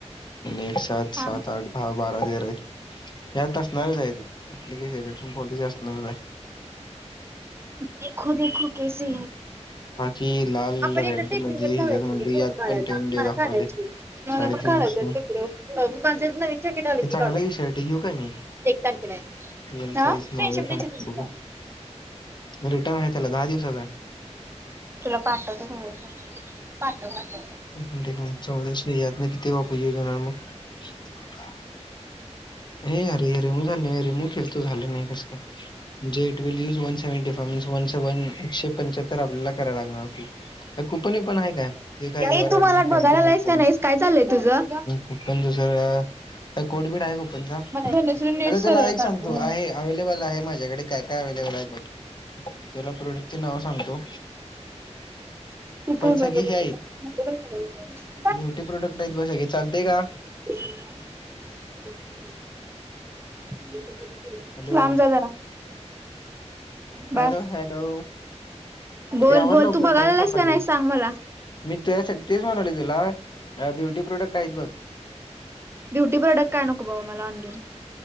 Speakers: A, on the left (about 40°); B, on the right (about 20°).
A: एक सात
B: थांब.
A: सात आठ दहा बारा तेरा हायत, ह्यात असणारच हायत. रिटर्न पॉलिसी असणारच आय.
B: देखो देखो कैसे,
A: बाकी लाल
B: आपण
A: रेड
B: एकदा टेकडीवर
A: मध्ये ह्याच्यात
B: जाऊया की
A: म्हणली
B: गं फोट
A: यात
B: काढायला,
A: पण टेन डे
B: मला
A: दाखवाले
B: काढायची हाईत. मला
A: साडेतीनशे
B: पण काढयचय अं बाजारात नवीन जॅकेट आलं
A: हे
B: की
A: चांगलं
B: काढुया.
A: आहे शर्ट घेऊ काय मी
B: एक तारखेला हाय,
A: एल
B: हां,
A: साईज मागूया
B: फ्रेंडशिप
A: थांब
B: डे च्या दिवशी
A: बघू रिटर्न हाय त्याला दहा दिवसाचं हाय.
B: तुला पाठवते दोन दिवसात, पाठव पाठव.
A: एक मिंट एक मिनिट च यातना किती वापस येऊन जाणार मग. ए अरे रिमूव झालं नाही वयरे, केलतो झालं नाही कसं काय, जे यज वन से वन सेवन एकशे पंच्याहत्तर आपल्याला कराय लागणार. काय कुपन बीपन हाय काय.? र
B: ए तू
A: अनिंग
B: मला
A: सेव्हटी
B: बघायला
A: सेवन
B: आलायस
A: पॉईंट्
B: का नाहीस काय चाललंय तुझं?
A: कुठून दुसर <inaudible> काय कोडबीड हाय कुपनचा,
B: धनश्री नीट
A: अग
B: सरळ
A: तुला ऐक
B: काढ
A: सांगतो
B: गं.
A: आहे अवेलेबल आहे माझ्याकडे काय काय अव्लेबल आहे बघ, तुला प्रोडक्ट चे नावं सांगतो.
B: इथं
A: पण सगळी हे आहेत
B: पण <unintelligible>
A: ब्युटी प्रोडक्ट आहेत बघ सगळे चालतय का?
B: <inaudible>
A: हॅलो
B: लांब जा जरा. बास.
A: हॅलो हॅलो,
B: बोल
A: ऐ आवर
B: बोल
A: लवकर
B: तू बघायला
A: टाईम
B: आलायस
A: सपालय.
B: का नाही सांग मला
A: मी तुझ्यासाठी तेच म्हणानालोय तुला, अ ब्युटी प्रोडक्ट हायत बघ.
B: ब्युटी प्रॉडक्ट् काय नको बाबा मला ऑलाईन.